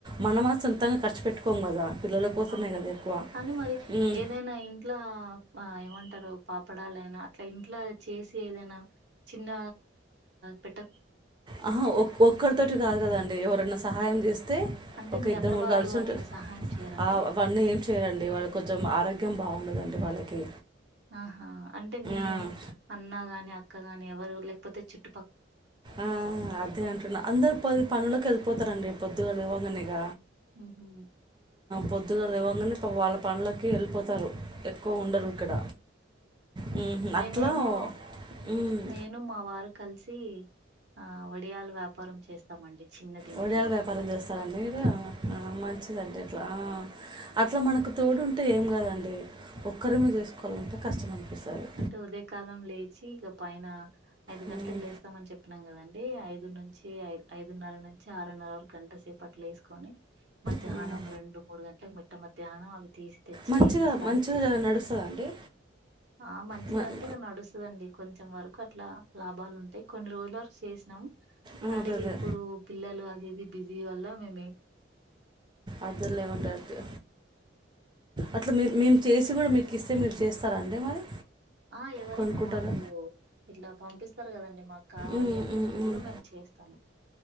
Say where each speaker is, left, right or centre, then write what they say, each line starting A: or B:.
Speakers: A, on the right; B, on the right.
A: మనంమ సొంతంగా ఖర్చు పెట్టుకోము కదా పిల్లల కోసమే
B: అవునండి
A: కదా ఎక్కువ
B: కానీ మరి
A: ఉమ్,
B: ఏదైనా ఇంట్లో ఆ ఏమంటారో పాపడాలైనా అట్లా ఇంట్లో చేసి ఏదైనా చిన్న పెట్ట
A: ఆహా ఒ ఒక్కరితోటి కాదు కదండి ఎవరైనా సహాయం చేస్తే
B: అంటే
A: ఒక
B: మీ
A: ఇద్దరు
B: అత్తవారు
A: ముగ్గరు కలిసుంటే
B: అట్లా సహాయం చేయరండి
A: ఆ అవన్నీ ఏం చేయ్యండి వాళ్ళు కొంచెం ఆరోగ్యం బా బాగుండదండి వాళ్ళకి
B: ఆహా అంటే మీ
A: ఆ,
B: అన్న గాని అక్కగాని ఎవరు లేకపోతే చుట్ట
A: ఆ అదే అంటున్నా అందరు పది పనులోకి వెళ్ళిపోతారండి పొద్దుగా లేవంగానే ఇక
B: ఉహు
A: పొద్దుగా లేవ్వంగానే వాళ్ళ పనులకి వెళ్ళిపోతారు ఎక్కువ ఉండరు ఇక్కడ హుహు.
B: మేమేమో
A: అట్లా హ్మ్.
B: నేను మా వారు కలిసి ఆ వడియాలు వ్యాపారం చేస్తామండి చిన్నది ఇంట్లో
A: వడియాల వ్యాపారం చేస్తారండి మీరు ఆ మంచిదండీ అ అట్లా మనకు తోడు ఉంటే ఏం కాదండి ఒక్కరి మే చేసుకోవాలంటే కష్టం అనిపిస్తది.
B: అంటే ఉదయ కాలం లేచి ఇక పైన ఐదు
A: హ్మ్.
B: గంటలకు లేస్తామని చెప్పినం కదండి అండి ఐదు నుంచి ఐదు ఐదున్నర నుంచి ఆరున్నర వరకు గంట సేపు పట్టలు వేసుకొని మధ్యాహ్నం
A: హ్మ్.
B: రెండు మూడు గంటలకు మిట్ట మధ్యాహ్నం అవి తీసి తెచ్చి
A: మంచిగా
B: ఇక ప్యాక్
A: మంచిగా
B: చేస్తా
A: నడుస్తదా అండి?
B: ఆ మంచిగంటే
A: మ ఆ!
B: ఇక నడుస్తదండి కొంచెం వరకు అట్లా లాభాలు ఉంటాయి కొన్ని రోజుల వరకు చేసినాము
A: ఆ!
B: కానీ
A: అదే అదే.
B: ఇప్పుడు పిల్లలు అదిది బిజీ వల్ల మేము
A: అద్దలేమంటారు అట్లా మే మేము చేసి కూడా మీకు కిస్తే మీరు చేస్తారండి మరి
B: ఆ ఎవరైనా
A: కొనుక్కుంటారా
B: మాకు ఇట్లా పంపిస్త కదండి మాకు కావాలి
A: ఉమ్,
B: అన్నప్పుడు
A: ఉమ్, ఉమ్.
B: కూడా మేము చేస్తాము